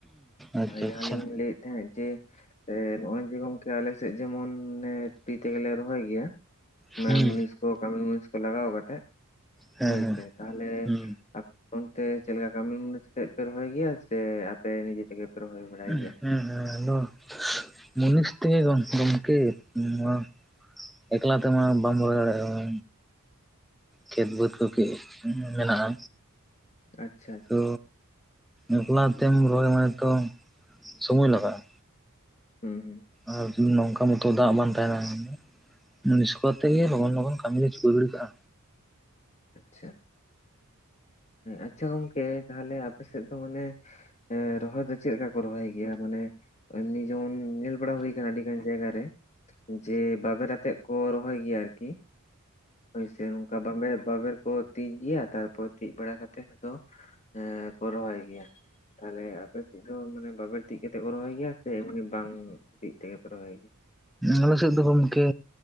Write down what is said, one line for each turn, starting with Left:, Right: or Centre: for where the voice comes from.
Centre: ᱟᱪᱪᱷᱟ
Left: ᱡᱟᱦᱟᱸ
Centre: ᱟᱪᱪᱷᱟ
Left: ᱞᱤᱧ ᱞᱟᱹᱭᱮᱫ ᱛᱟᱦᱮᱸᱜ ᱡᱮ ᱱᱚᱜᱼᱚᱭ ᱡᱮ ᱜᱚᱝᱠᱮ ᱟᱞᱮ ᱥᱮᱫ ᱡᱮᱢᱚᱱ ᱢᱟᱱᱮ ᱛᱤ ᱛᱮᱜᱮᱞᱮ ᱨᱚᱦᱚᱭ ᱜᱮᱭᱟ
Centre: ᱦᱩᱸ
Left: ᱢᱟᱱᱮ ᱢᱩᱱᱤᱥ ᱠᱚ ᱠᱟᱹᱢᱤ ᱢᱩᱱᱤᱥ ᱠᱚ ᱞᱟᱜᱟᱣ ᱠᱟᱛᱮᱜ
Centre: ᱦᱮᱸ
Left: ᱦᱳᱭ ᱥᱮ
Centre: ᱦᱮᱸ
Left: ᱛᱟᱦᱚᱞᱮ
Centre: ᱦᱩᱸ
Left: ᱟ ᱚᱱᱛᱮ ᱪᱮᱫ ᱞᱮᱠᱟ ᱠᱟᱹᱢᱤ ᱢᱩᱱᱤᱥ ᱟᱛᱮᱫ ᱯᱮ ᱨᱚᱦᱚᱭ ᱜᱮᱭᱟ ᱥᱮ ᱟᱯᱮ ᱱᱤᱡᱮ ᱛᱮᱜᱮ ᱯᱮ ᱨᱚᱦᱚᱭ ᱵᱟᱲᱟᱭ
Centre: ᱦᱮᱸ
Left: ᱜᱮᱭᱟ
Centre: ᱦᱩᱸ ᱟᱞᱮᱫᱚ ᱢᱩᱱᱤᱥ ᱛᱮᱜᱮ ᱜᱚᱢᱠᱮ ᱱᱚᱣᱟ ᱮᱠᱞᱟ ᱛᱮᱢᱟ ᱵᱟᱢ ᱨᱚᱦᱚᱭ ᱫᱟᱲᱮᱭᱟᱜᱼᱟ ᱠᱷᱮᱛ ᱵᱟᱹᱫᱽ ᱠᱚ ᱠᱤ ᱢᱮᱱᱟᱜᱼᱟ
Left: ᱟᱪᱪᱷᱟ ᱟᱪᱪᱷᱟ
Centre: ᱛᱚ ᱮᱠᱞᱟ ᱛᱮᱢ ᱨᱚᱦᱚᱭ ᱢᱟᱱᱮ ᱛᱚ ᱥᱚᱢᱚᱭ ᱞᱟᱜᱟᱜᱼᱟ
Left: ᱦᱩᱸ ᱦᱩᱸ
Centre: ᱟᱨ ᱱᱚᱝᱠᱟ ᱢᱟᱛᱚ ᱫᱟᱜ ᱵᱟᱝ ᱛᱟᱦᱮᱸᱱᱟ ᱥᱮ ᱢᱩᱱᱤᱥ ᱠᱚ ᱛᱮᱜᱮ ᱞᱚᱜᱚᱱ ᱞᱚᱜᱚᱱ ᱠᱟᱹᱢᱤ ᱪᱩᱠᱟᱹᱣ ᱜᱤᱰᱤ ᱠᱟᱜᱼᱟ
Left: ᱟᱪᱪᱷᱟ, ᱟᱪᱷᱟ ᱜᱚᱝᱠᱮ ᱛᱟᱦᱞᱮ ᱟᱯᱮ ᱥᱮᱫ ᱫᱚ ᱢᱟᱱᱮ ᱮᱻ ᱨᱚᱦᱚᱭ ᱫᱚ ᱪᱮᱫ ᱞᱮᱠᱟ ᱠᱚ ᱨᱚᱦᱚᱭ ᱜᱮᱭᱟ, ᱢᱟᱱᱮ ᱮᱢᱱᱤ ᱡᱮᱢᱚᱱ ᱧᱮᱞ ᱵᱟᱲᱟ ᱦᱩᱭ ᱟᱠᱟᱱᱟ ᱟᱹᱰᱤ ᱜᱟᱱ ᱡᱟᱭᱜᱟ ᱨᱮ ᱡᱮ ᱵᱟᱵᱮᱨ ᱟᱛᱮᱜ ᱠᱚ ᱨᱚᱦᱚᱭ ᱜᱮᱭᱟ ᱟᱨᱠᱤ ᱦᱳᱭᱥᱮ ᱱᱚᱝᱠᱟ ᱵᱟᱵᱮᱨ ᱵᱟᱵᱮᱨ ᱠᱚ ᱛᱤᱡ ᱜᱮᱭᱟ ᱛᱟᱨᱯᱚᱨ ᱛᱤᱡ ᱵᱟᱲᱟ ᱠᱟᱛᱮᱜ ᱟᱫᱚ ᱠᱚ ᱨᱚᱦᱚᱭ ᱜᱮᱭᱟ ᱛᱟᱦᱚᱞᱮ ᱟᱯᱮ ᱥᱮᱫ ᱫᱚ ᱢᱟᱱᱮ ᱵᱟᱵᱮᱨ ᱛᱤᱡ ᱠᱟᱛᱮᱫ ᱠᱚ ᱨᱚᱦᱚᱭ ᱜᱮᱭᱟ ᱥᱮ ᱮᱢᱱᱤ ᱵᱟᱝ ᱛᱤ ᱛᱮᱜᱮ ᱯᱮ ᱨᱚᱦᱚᱭ
Centre: ᱟᱞᱮ ᱥᱮᱫ ᱫᱚ ᱜᱚᱝᱠᱮ